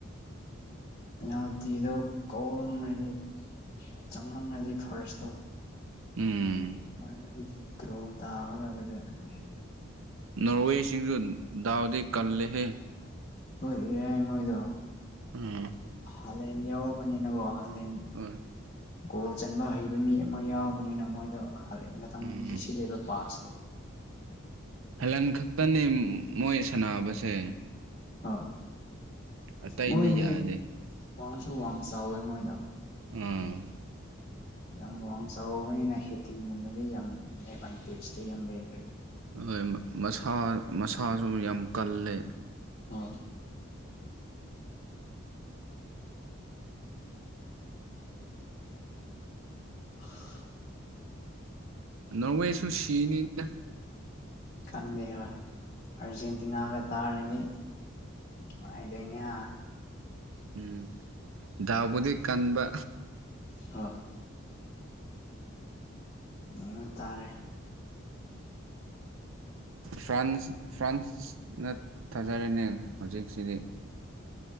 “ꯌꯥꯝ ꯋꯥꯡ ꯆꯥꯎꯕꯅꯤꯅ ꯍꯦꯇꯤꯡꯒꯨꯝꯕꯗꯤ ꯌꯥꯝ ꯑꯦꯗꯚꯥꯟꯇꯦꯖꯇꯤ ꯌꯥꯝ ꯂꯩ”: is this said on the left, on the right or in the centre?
Left